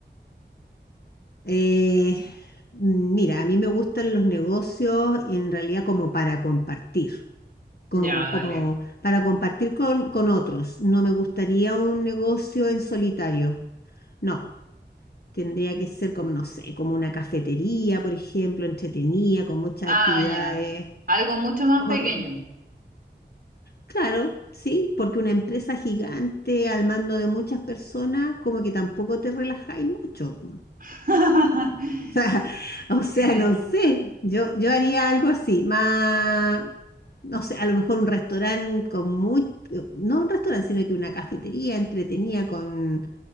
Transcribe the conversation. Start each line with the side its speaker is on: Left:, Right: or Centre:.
Left: Eh, mira, a mí me gustan los negocios en realidad como para compartir. Con,
Right: Ya, dale.
Left: como para compartir con, con otros. No me gustaría un negocio en solitario. No. Tendría que ser como, no sé, como una cafetería, por ejemplo, entretenida, con muchas
Right: Ah,
Left: actividades.
Right: ya. Algo mucho más
Left: Como,
Right: pequeño.
Left: claro, sí, porque una empresa gigante al mando de muchas personas, como que tampoco te relajáis mucho. <laughs>
Right: <laughs>
Left: O sea, o
Right: Eh,
Left: sea, no sé, yo, yo haría algo así, más, no sé, a lo mejor un restaurante con muy, no un restaurante, sino que una cafetería entretenida con